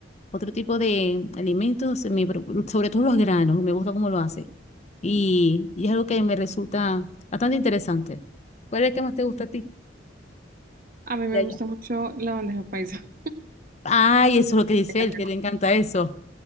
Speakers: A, on the left; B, on the right.
A: otro tipo de alimentos, me pro- sobre todo los granos, me gusta cómo lo hace. Y, y es algo que me resulta bastante interesante. ¿Cuál es el que más te gusta a ti
B: A mí me
A: de allá?
B: gusta mucho la bandeja paisa.
A: Ay, eso es lo que dice
B: <laughs>
A: él, que le encanta eso.